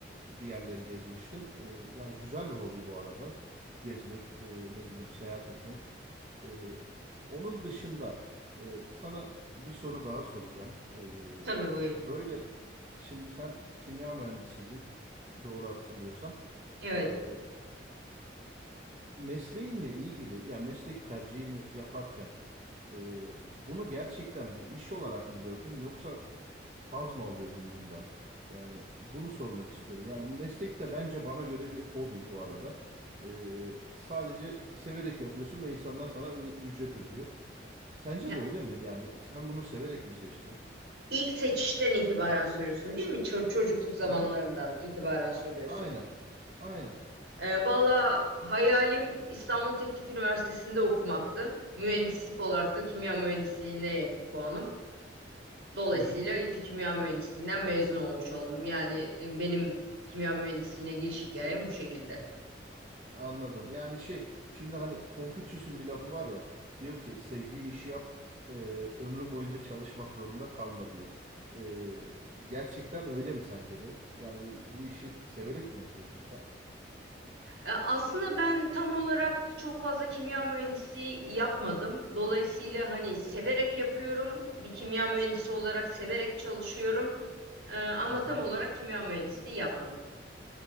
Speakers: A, on the right; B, on the right.
A: bir yerleri gezmiştim. Ee, yani güzel bir hobi bu arada. Gezmek, e, ne bileyim seyahat etmek. Ee, onun dışında e, sana bir soru daha soracağım. Ee,
B: tabii bu.
A: böyle şimdi sen kimya mühendisiydin. Doğru hatırlıyorsam.
B: Evet.
A: Ee, mesleğinle ilgili ya meslek tercihini yaparken e, bunu gerçekten bir iş olarak mı gördün yoksa haz mı alıyordun bundan? Yani bunu sormak istiyorum. Yani meslek de bence bana göre bir hobi bu arada. E, sadece severek yapıyorsun ve insanlar sana bir ücret ödüyor. Sence
B: Ya,
A: de öyle mi? Yani sen bunu severek mi seçtin?
B: ilk seçişten itibaren soruyorsun, değil mi? Ço- çocukluk zamanlarından
A: Aha, hı.
B: itibaren soruyorsun.
A: Aynen. Aynen.
B: E, valla hayalim İstanbul Teknik Üniversitesi'nde okumaktı. Mühendislik olarak da kimya mühendisliğine yetti puanım. Dolayısıyla
A: Hı hı.
B: İTÜ Kimya Mühendisliğinden mezun olmuş oldum. Yani e, benim kimya mühendisliğine giriş hikayem bu şekilde.
A: Anladım. Yani şey şimdi hani Konfüçyüs'ün bir lafı var ya diyor ki sevdiğin işi yap e, ömrün boyunca çalışmak zorunda kalma diyor. E, gerçekten öyle mi sence de? Yani bu, bu işi severek mi yapıyorsun sen?
B: E, aslında ben tam olarak çok fazla kimya mühendisliği yapmadım. Dolayısıyla hani severek yapıyorum. Bir kimya mühendisi olarak severek çalışıyorum. E, ama
A: Hı hı.
B: tam olarak kimya mühendisliği yapmadım.